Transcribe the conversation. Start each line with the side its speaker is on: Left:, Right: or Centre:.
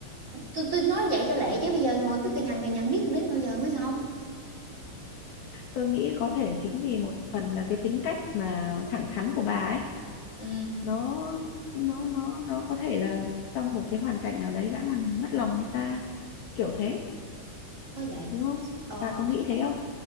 Right: tôi tôi nói vậy cho lẹ chứ bây giờ ngồi cứ cà nhằn cà nhằn biết đến bao giờ mới xong
Left: tôi nghĩ có thể chính vì một phần là cái tính cách mà thẳng thắn của bà ấy
Right: ừ
Left: nó nó nó nó có thể là trong một cái hoàn cảnh nào đấy đã làm mất lòng người ta kiểu thế
Right: có vậy
Left: đúng không
Right: ờ,
Left: bà có nghĩ thế không